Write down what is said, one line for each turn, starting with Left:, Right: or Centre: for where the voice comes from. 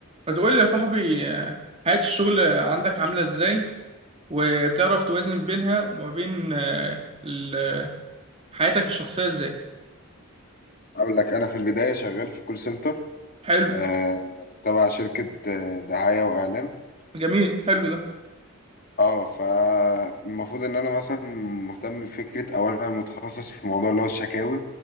Right: فتقول لي يا صاحبي آه، حياة الشغل عندك عاملة ازاي وبتعرف توازن بينها وما بين آه، ال- حياتك الشخصية ازاي
Left: اقول لك انا في البدايه شغال في كول سنتر
Right: حلو
Left: آه تبع شركه آه، دعايه واعلام
Right: جميل حلو ده
Left: اه فالمفروض ان انا مثلا مهتم بفكره او انا متخصص في موضوع اللي هو الشكاوي